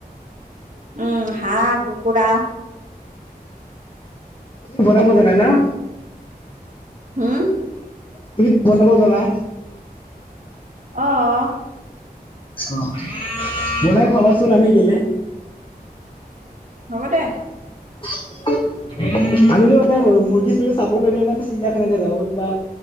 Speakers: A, on the right (about 50°); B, on the left (about 30°).
A: উম হাঁহ, কুকুৰা
B: বনাব জানা না?
A: হম?
B: তুমিতো বনাব জানা?
A: অ'।
B: অ বনাই খুৱাবাচোন আমি গেলি।
A: হ'ব দে।
B: আমিটো মুৰ্গী-চুৰ্গী চাবলৈ গলে আমি চিৰিয়াখানাতহে যাওঁ কিবা